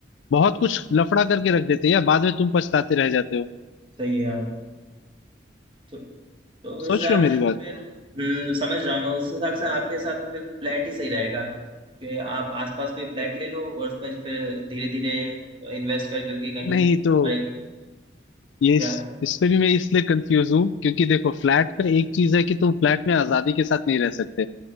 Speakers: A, on the left; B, on the right.
A: बहुत कुछ लफड़ा करके रख देते हैं यार बाद में तुम पछताते रह जाते हो
B: सही है हाँ तो तो उस
A: सोच
B: हिसाब
A: रहे हो मेरी
B: से तो
A: बात
B: फिर हम्म समझ रहा हूँ मैं उस हिसाब से आपके हिसाब से फिर फ्लैट ही सही रहेगा कि आप आसपास कोई फ्लैट ले लो और उसमें फिर धीरे धीरे इन्वेस्ट कर करके कहीं
A: नहीं तो
B: और एक
A: ये
B: क्या
A: इस, इस पे भी मैं इसलिए कंफ्यूज हूँ क्योंकि देखो फ्लैट का एक चीज है कि तुम फ्लैट में आजादी के साथ नहीं रह सकते